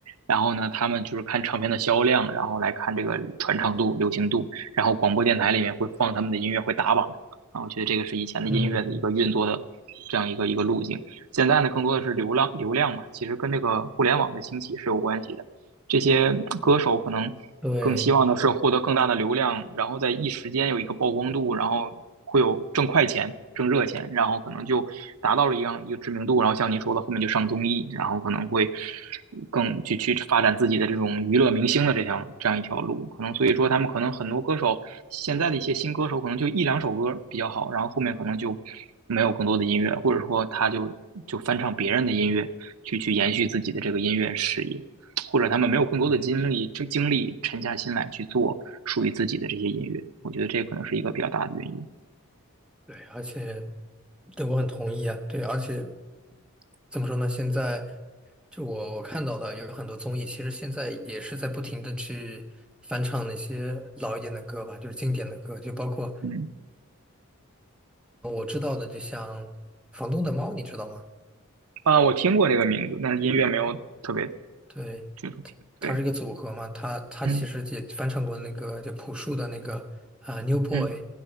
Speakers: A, on the right (about 80°); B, in the centre.
A: 然后呢，他们就是看唱片的销量，然后来看这个传唱度、流行度，然后广播电台里面会放他们的音乐，会打榜啊。我觉得这个是以前的音乐的一个运作的这样一个一个路径。
B: 嗯，
A: 现在呢，更多的是流量流量嘛，其实跟这个互联网的兴起是有关系的。这些歌手可能更希望的是获得更大的流量，
B: 对
A: 然后在一时间有一个曝光度，然后会有挣快钱、挣热钱，然后可能就达到了一样一个知名度，然后像您说的，后面就上综艺，然后可能会更去去发展自己的这种娱乐明星的这条这样一条路，可能所以说他们可能很多歌手现在的一些新歌手可能就一两首歌比较好，然后后面可能就没有更多的音乐，或者说他就就翻唱别人的音乐去去延续自己的这个音乐事业。或者他们没有更多的精力，
B: 对。
A: 这精力沉下心来去做属于自己的这些音乐，我觉得这可能是一个比较大的原因。
B: 对，而且对我很同意啊，对，而且怎么说呢？现在就我我看到的有很多综艺，其实现在也是在不停的去翻唱那些老一点的歌吧，就是经典的歌，就包括
A: 嗯，
B: 我知道的，就像《房东的猫》，你知道吗？
A: 啊，我听过这个名字，但是音乐没有特别
B: 对，
A: 接触听。对，
B: 它是一个组合嘛，它它其实也翻唱过那个就朴树的那个啊、
A: 嗯
B: New Boy》，
A: 嗯